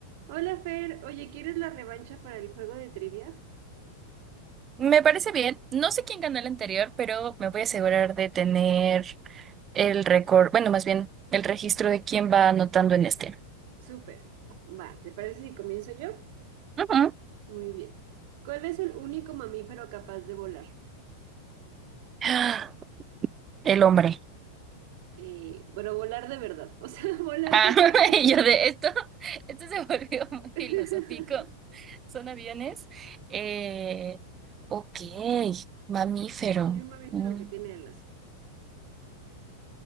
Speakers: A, on the right; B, on the right.
A: Hola Fer, oye, ¿quieres la revancha para el juego de trivia?
B: Me parece bien. No sé quién ganó el anterior, pero me voy a asegurar de tener el récord, bueno, más bien el registro de quién va anotando en este.
A: Súper. Va, ¿te parece si comienzo yo?
B: Ujú.
A: Muy bien. ¿Cuál es el único mamífero capaz de volar?
B: Ah, El hombre.
A: Eh, bueno, volar de verdad, o sea, <laughs> volar
B: Ah,
A: con
B: <laughs>
A: alas.
B: y yo de esto, esto se volvió <laughs> muy filosófico.
A: <laughs>
B: Son aviones. Eh, ok, mamífero.
A: Hay un mamífero
B: Mm.
A: que tiene alas.